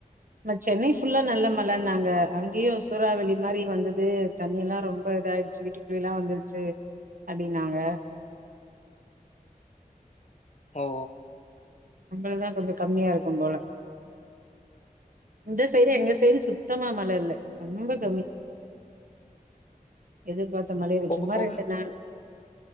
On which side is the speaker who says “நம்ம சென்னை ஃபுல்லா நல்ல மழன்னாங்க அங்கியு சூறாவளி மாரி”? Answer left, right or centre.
Right